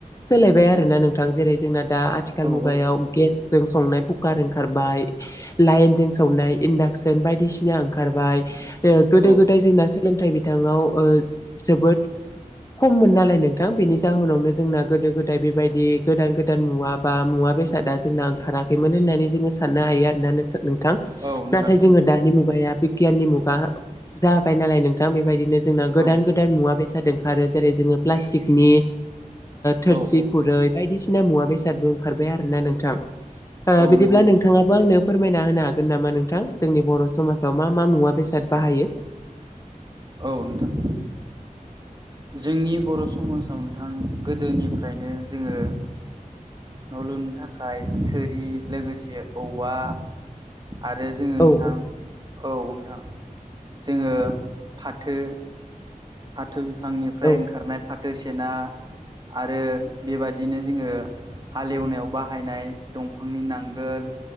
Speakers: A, on the left (about 20°); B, on the right (about 30°).
A: सोलायबाय आरोना नोंथां जेरै जोंना दा आथिखाल
B: औ
A: मुगायाव गेस जों संनाय कुकार ओंखारबाय, लाऐनजों संनाय इनदाकसन बायदिसिना ओंखारबाय। गोदो
B: औ
A: गोदाय जोंना सोलोंथाइ बिाङाव ओ जोबोद खममोन नालाय नोंथां बेनि जाहोनावनो जोंना गोदो गोदाय बेबायदि गोदान गोदान मुवा बा मुवा मा बेसादा जोंना ओंखाराखैमोन होननानै जोंङो साननो हायो होननानै नोंथां।
B: औ नोंथां
A: नाथाय जोंङो दानि मुगाया बि गियाननि मुगा जाबाय नालाय नोंथां बेबायदिनो जोंना गोदान
B: औ
A: गोदान मुवा बेसाद <unintelligible> जेरै जोंओ‌ प्लासटिक नि थोसि
B: औ
A: खुरै बाइदि सि ना मुवा बेसादबो ओंखारबाय आरो ना नोंथां।
B: औ
A: बिदिब्ला
B: नंगौ नोंथां
A: नोंथाङाबो आंनो फोरमायना होनो हागोन नामा नोंथां जोंनि बर' समाजाव मा मा मुवा बेसाद बाहायो?
B: औ नोंथां। जोंनि बर' समाजाव नोंथां गोदोनिफ्रायनो जोंङो न' लुनो थाखाय थोरि लोगोसे औवा आरो जोंङो
A: औ
B: नोंथां
A: औ
B: औ नोंथां जोंङो फाथो फाथो बिफांनिफ्राय
A: औ
B: ओंखारनाय फाथो सेना आरो बेबादिनो जोंङो हालेवनायाव बाहायनाय दंफांनि नांगोल